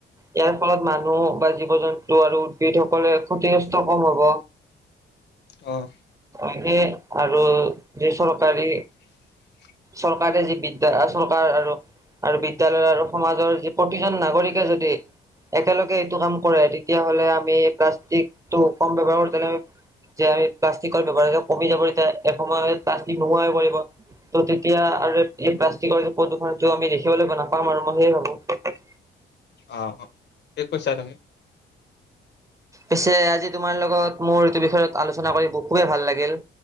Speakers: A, on the right (about 15°); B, on the left (about 60°).
A: ইয়াৰ ফলত মানুহ বা জীৱ জন্তু আৰু উদ্ভিদসকলে ক্ষতিগ্ৰস্ত কম হব।
B: অ'।
A: এনে আৰু বেচৰকাৰী
B: <inaudible>
A: চৰকাৰে যি বিদ্যা, চৰকাৰ আৰু আৰু বিদ্যলয় আৰু সমাজৰ যি প্ৰতিজন নাগৰিকে যদি একেলগে <unintelligible> কাম কৰে তেতিয়াহ'লে আমি প্লাষ্টিকটো কম ব্যৱহাৰ কৰি পেলাই যে আমি প্লাষ্টিকৰ ব্যৱহাৰটো কমি যাব যে, এসময়ত প্লাষ্টিক নোহোৱা হৈ পৰিব। ত' তেতিয়া আৰু এই প্লাষ্টিকৰ প্ৰদূৰণটো আমি দেখিবলৈ নাপাম আৰু মই সেই ভাবো।
B: অ', অ', ঠিকে কৈছা তুমি।
A: পিছে আজি তোমাৰ লগত মোৰ এইটো বিষয়ত আলোচনা কৰি <unintelligible> ভাল লাগিল।